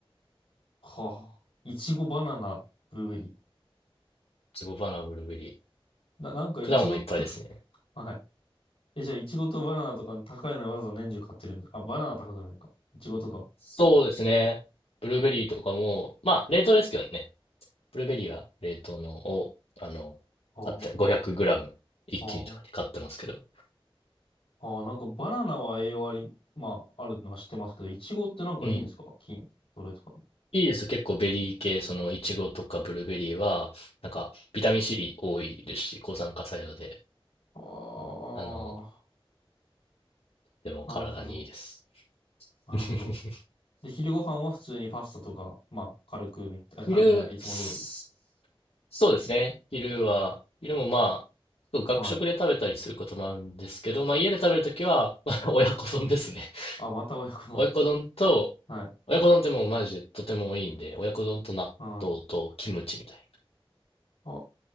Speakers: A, on the left; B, on the left.
A: はあ。いちご、バナナ、ブルーベリ
B: いちごバナナ、ブルーベリー。
A: ー。な、なんかいちごと、
B: 果物いっぱいですね。
A: <laughs> はい。え、じゃあ、いちごとバナナとか高いのにわざわざ年中買ってるんですかあ、バナナ高くないか。いちごとか。
B: そうですね。ブルーベリーとかも、まあ、冷凍ですけどね。ブルーベリーは冷凍のを、あの、
A: ああ、
B: 買って、500グラム一気にとかに買ってますけど。
A: ああ、ああ、なんかバナナは栄養あり、まあ、あるのは知ってますけど、いちごってなんかいいんですか筋トレとかに。
B: うん。いいですよ。結構ベリー系、そのイチゴとかブルーベリーは、なんかビタミン C 多いですし、抗酸化作用で、
A: あ
B: あの、でも体にいいです。
A: あ、なるほど。なるほど。
B: <laughs>
A: で、昼ご飯は普通にパスタとか、まあ、軽くみたい、あ軽くじゃない、
B: 昼、
A: いつも通り。
B: すそうですね。昼は、昼もまあ、そう学食で食べたりすることもあるんですけど、
A: はい。
B: まあ家で食べるときは、<laughs> まあ親子丼ですね。<laughs>
A: あ、また親子の。
B: 親子丼と、
A: <laughs> はい。
B: 親子丼ってもうマジでとてもいいんで、親子丼と納豆とキムチみたいな。
A: はい。あ